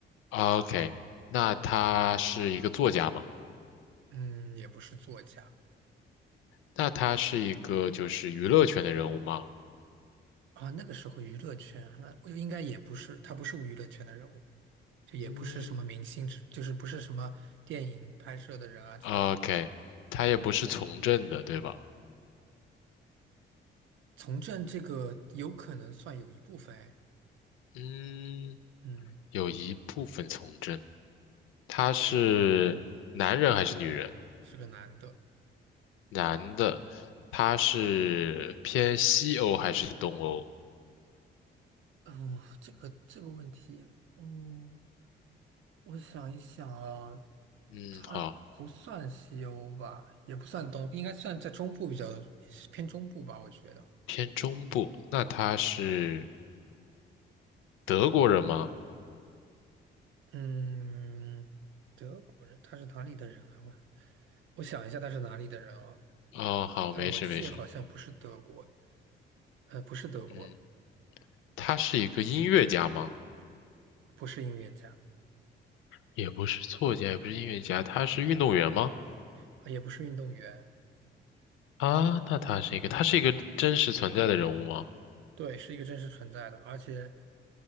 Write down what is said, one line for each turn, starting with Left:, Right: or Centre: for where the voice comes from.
Left: ？OK，那他是一个作家吗？
Right: 嗯，也不是作家
Left: 那他是一个就是娱乐圈的人物吗？
Right: 啊。那个时候娱乐圈啊，那我应该也不是，他不是娱乐圈的人物，就也不是什么明星之，
Left: 嗯
Right: 就是不是什么电影拍摄的人啊之类的。
Left: ，OK，他也不是从政的，对吧？
Right: 从政这个有可能算有一部分，哎
Left: 嗯，
Right: 嗯，
Left: 有一部分从政。他是
Right: 对，
Left: 女人，
Right: 是个男的。
Left: 男的，他是偏西欧还是东欧？
Right: 嗯，这个这个问题，嗯，我想一想啊，
Left: 嗯，
Right: 它不算西欧吧，
Left: 好，
Right: 也不算东，应该算在中部比较偏中部吧，我觉得。
Left: 偏中部。那他是德国人吗？
Right: 嗯，德国人，他是哪里的人啊？我我想一下，他是哪里的人啊？
Left: 哦，好，
Right: 但我记好像不是德国，
Left: 没事没事。
Right: 呃，不是德国，
Left: 嗯。他是一个音乐家吗？
Right: 不是音乐家，
Left: 也不是作家，也不是音乐家，他是运动员吗？
Right: 啊也不是运动员，
Left: 啊，那他是一个，他是一个真实存在的人物吗？
Right: 对，是一个真实存在的，而且